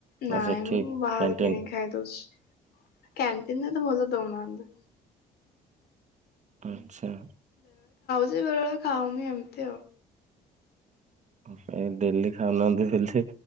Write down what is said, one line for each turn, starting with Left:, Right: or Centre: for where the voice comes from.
Left: ନାଇଁ
Right: ନା ସେଠି
Left: ମୁଁ ବାହାରେ
Right: କ୍ୟାଣ୍ଟିନ୍
Left: କିଣିକି ଖାଇଦୋଉଛି। କ୍ୟାଣ୍ଟିନରେ ତ ଭଲ ଦଉନାହାନ୍ତି।
Right: ଆଛା।
Left: ଦି, ବେବେଳେ ଖାଉନି ଏମିତି ଆଉ।
Right: ଓ ଡେଲି ଖାଉନାହାନ୍ତି ଭଲସେ,